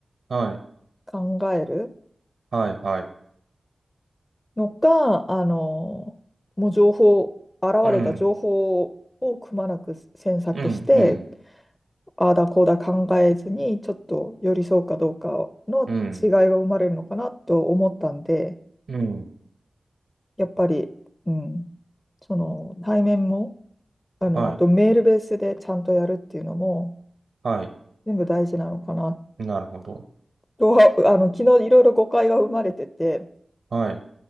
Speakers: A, on the right; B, on the left.
A: はい。
B: 考える。
A: はい、はい。
B: のか、あの、もう情報、現れた情報をくまなく詮索して、
A: うん。うん、うん。
B: ああだこうだ考えずに、ちょっと寄り添うかどうかの違いが生まれるのかなと思ったんで、
A: うん。うん。
B: やっぱり、うん、その対面も、あの、
A: はい。
B: あとメールベースでちゃんとやるっていうのも、
A: はい。
B: 全部大事なのかな
A: なるほど。
B: とは、<laughs> あの、昨日いろいろ誤解が生まれてて、
A: はい。